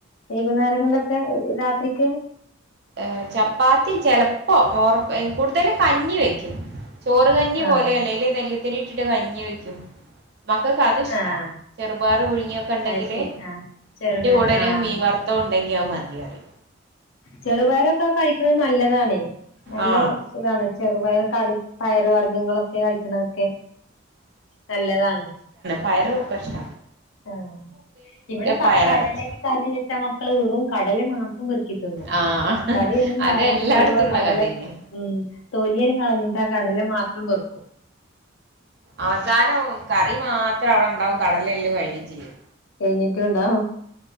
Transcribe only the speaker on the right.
ഹേ ചപ്പാത്തി ചെലപ്പോ ഓർ എ കൂടുതൽ കഞ്ഞി വെക്കും ചോറുകഞ്ഞി
പോലെയല്ലേ അല്ല നെല്ലുത്തരി ഇട്ടിട്ട് കഞ്ഞി വേക്കും മക്കൊക്ക് അത് ഇഷ്ടാ
ചെറുപയർ പുഴുങ്ങിയൊക്കെ ഉണ്ടെങ്കില്
എന്റെ കൂടെര്
മീൻ വർത്തോ ഉണ്ടെങ്കിയ അത് മതിയോന്
ആ
പയറ് കഷ്ട
പയറാ
വെച്ച്
ആഹ്
അത് എല്ലായിടത്തും
ഉള്ള
കഥന്നെയാ
അവസാനം കറി മാത്രം അവടെ ണ്ടാവും കടലെല്ലോം കഴിയും ചെയ്യും.